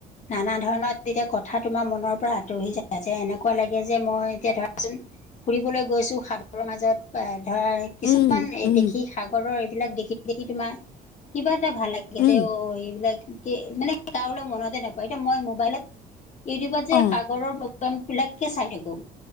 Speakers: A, on the left (about 45°); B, on the left (about 65°).
A: নানা ধৰণৰ তেতিয়া কথা তোমাৰ মনৰ পৰা আঁতৰি যায় যে এনেকুৱা লাগে যে মই এতিয়া ধৰাচোন ফুৰিবলৈ গৈছোঁ সাগৰৰ মাজত ধৰা কিছুমান
B: উম
A: এই
B: উম
A: দেখি সাগৰৰ এইবিলাক দেখি-দেখি তোমাৰ কিবা এটা ভাল লাগে।
B: উম
A: <unintelligible> অ', এইবিলাক মানে কাৰোলে মনতে নপৰে, এতিয়া মই মোবাইলত ইউটিউবত যে
B: অ
A: সাগৰৰ প্ৰগ্ৰামবিলাককে চাই থাকোঁ।